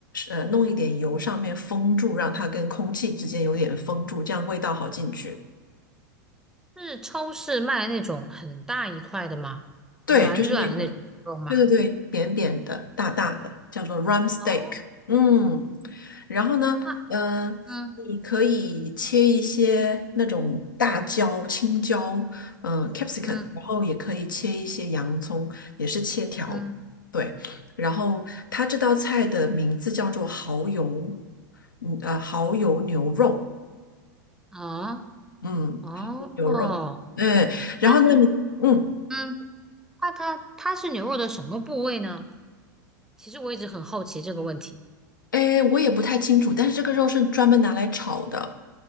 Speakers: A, on the left; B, in the centre.
A: 呃弄一点油上面封住，让它跟空气之间有点封住，这样味道好进去。
B: 是超市卖那种很大一块的吗？
A: 对，
B: 软软的那种吗？
A: 就是那个。对对对，扁扁的、大大的，叫做 r u m steak。
B: 哦，
A: 嗯，然后呢，
B: 那
A: 呃，
B: 嗯
A: 你可以切一些那种大椒、青椒，嗯、c a p s i
B: 嗯
A: c u m 然后也可以切一些洋葱，也是切条。
B: 嗯
A: 对，然后它这道菜的名字叫做蚝油，嗯呃，蚝油牛肉，
B: 哦
A: 嗯，
B: 哦，
A: 蚝油牛肉，嗯，然后呢，
B: 它是
A: 你嗯。
B: 嗯它它它是牛肉的什么部位呢？其实我一直很好奇这个问题。
A: 哎，我也不太清楚，但是这个肉是专门拿来炒的，